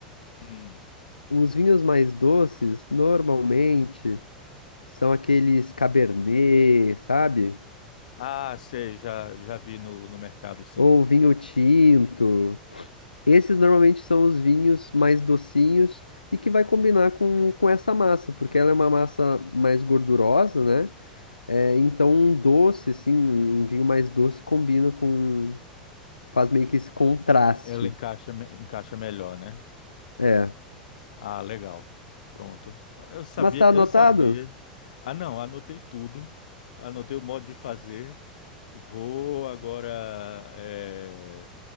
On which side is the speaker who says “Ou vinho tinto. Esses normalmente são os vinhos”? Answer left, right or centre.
Left